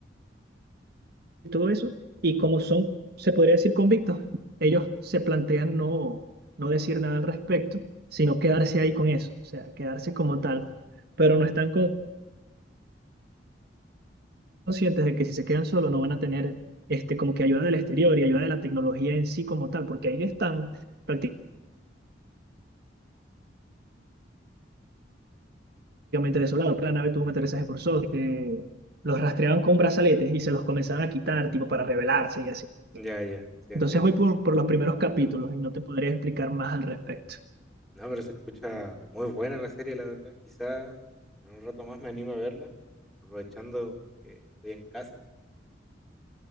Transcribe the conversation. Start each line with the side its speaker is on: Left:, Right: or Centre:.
Right: y todo eso, y como son, se podría decir, convictos, ellos se plantean no, no decir nada al respecto, sino quedarse ahí con eso, o sea, quedarse como tal, pero no están conscientes de que si se quedan solos no van a tener este, como que ayuda del exterior y ayuda de la tecnología en sí como tal, porque ahí están prácticamente desolados, la nave tuvo un aterrizaje forzoso, este, los rastreaban con brazaletes y se los comenzaban a quitar, tipo, para rebelarse y así.
Centre: Ya, ya, sí entiendo.
Right: Entonces voy por, por los primeros capítulos y no te podría explicar más al respecto.
Centre: No, pero se escucha muy buena la serie, la verdad. Quizás en un rato más me animo a verla, aprovechando que estoy en casa.